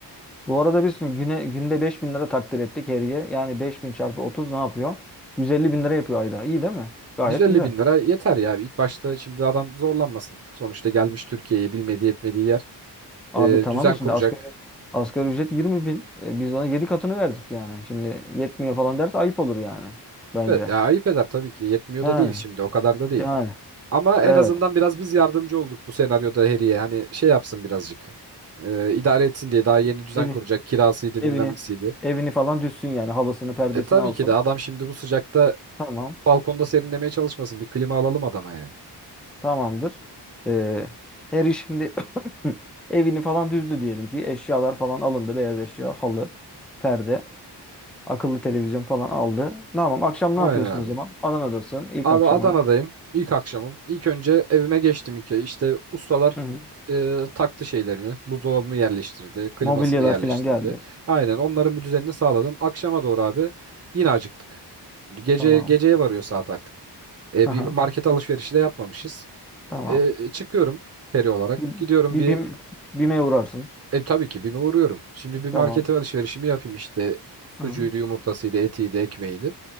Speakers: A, in the centre; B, on the right.
A: Bu arada biz şimdi güne, günde 5000 lira takdir ettik heriye. Yani 5000 çarpı 30 ne yapıyor? yüz elli bin lira yapıyor ayda. İyi değil mi?
B: 150
A: Gayet güzel.
B: bin lira yeter ya. İlk başta şimdi adam zorlanmasın. Sonuçta gelmiş Türkiye'ye bilmediği etmediği yer.
A: Abi
B: e,
A: tamam
B: düzen
A: da şimdi
B: kuracak.
A: asgari, asgari ücret yirmi bin. E, biz ona 7 katını verdik yani. Şimdi yetmiyor falan derse ayıp olur yani. Bence.
B: Ve- Ya ayıp eder tabii ki. Yetmiyor
A: Yani.
B: da değil şimdi. O kadar da değil.
A: Yani.
B: Ama en
A: Evet.
B: azından biraz biz yardımcı olduk bu senaryoda Harry'e. Hani şey yapsın birazcık. E, idare etsin diye daha yeni düzen
A: Evi,
B: kuracak. Kirasıydı
A: evini
B: bilmem nesiydi.
A: evini falan düşsün yani. Halısını, perdesini
B: E tabii
A: alsın.
B: ki de adam şimdi bu sıcakta
A: Tamam.
B: balkonda serinlemeye çalışmasın. Bir klima alalım adama yani.
A: Tamamdır. Ee, Harry şimdi <coughs> evini falan düzdü diyelim ki. Eşyalar falan alındı. Beyaz eşya, halı, perde, akıllı televizyon falan aldı. Tamam. Akşam
B: Aynen
A: ne yapıyorsun
B: abi.
A: o zaman? Adana'dasın. İlk
B: Abi
A: akşamın.
B: Adana'dayım. İlk akşamım. İlk önce evime geçtim iki. İşte ustalar
A: Hı hı.
B: e, taktı şeylerini. Buzdolabımı yerleştirdi. Klimasını
A: Mobilyalar
B: yerleştirdi.
A: falan geldi.
B: Aynen onların bir düzenini sağladım. Akşama doğru abi yine acıktık. Şimdi gece
A: Tamam.
B: geceye varıyor saat artık. E,
A: Hı
B: bir
A: hı.
B: market alışverişi de yapmamışız.
A: Tamam.
B: E, çıkıyorum peri olarak.
A: Bir,
B: Gidiyorum
A: bir
B: bir
A: BİM, BİM'e uğrarsın.
B: e, tabii ki bir uğruyorum. Şimdi bir
A: Tamam.
B: markete alışverişimi yapayım işte.
A: Hı
B: Sucuydu,
A: hı.
B: yumurtasıydı, etiydi, ekmeğiydi.